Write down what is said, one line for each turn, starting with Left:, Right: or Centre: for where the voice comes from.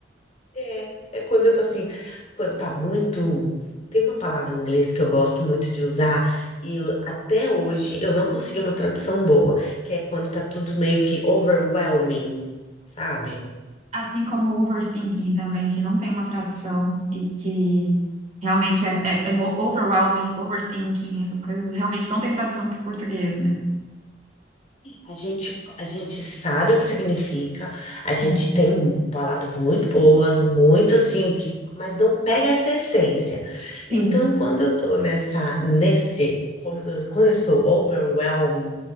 Left: é, é quando eu tô assim, quando tá muito. Tem uma palavra em inglês que eu gosto muito de usar. E eu- até hoje eu não consegui uma tradução boa, que é quando tá tudo meio que overwhelming, sabe?
Right: assim como o overthinking também, que não tem uma tradução e que realmente é, é, é mo- overwhelming, overthinking, essas coisas realmente não tem tradução para o português, né?
Left: A gente, a gente sabe o que significa, a
Right: Sim,
Left: gente tem palavras muito boas, muito assim, que, mas não pega essa essência.
Right: sim.
Left: Então, quando eu tô nessa, nesse, como eu- quando eu estou overwhelmed